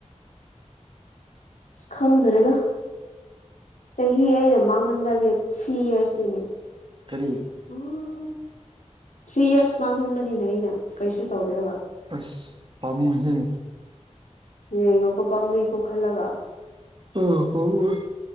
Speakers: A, on the left; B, on the right.
A: ꯑꯁ ꯈꯪꯗ꯭ꯔꯦꯗ ꯆꯍꯤ ꯑꯩꯅ ꯃꯥꯡꯍꯟꯕꯁꯦ ꯊ꯭ꯔꯤ ꯏꯌꯔꯁꯅꯤꯅꯦ
B: ꯀꯔꯤ
A: ꯎꯝ ꯊ꯭ꯔꯤ ꯌꯔꯁ ꯃꯥꯡꯍꯟꯕꯅꯤꯅꯦ ꯑꯩꯅ ꯀꯔꯤꯁꯨ ꯇꯧꯗ꯭ꯔꯒ
B: ꯑꯁ ꯄꯥꯃꯨꯏꯍꯦ
A: ꯌꯦꯉꯣ ꯄꯥꯝꯃꯨꯏꯀꯣ ꯈꯜꯂꯒ
B: ꯑꯣ ꯄꯥꯝꯃꯨꯏ